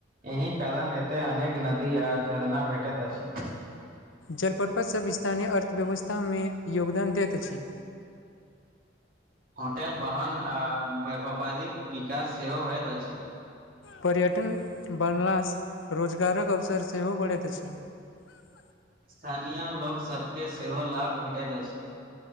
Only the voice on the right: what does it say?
एहि कारण एते अनेक नदी आ झरना भेटैत अछि।
होटेल बाहन आ व्यापारिक विकास सेहो सेहो होयत अछि।
स्थानीय लोकसभके सेहो लाभ भेटैत अछि।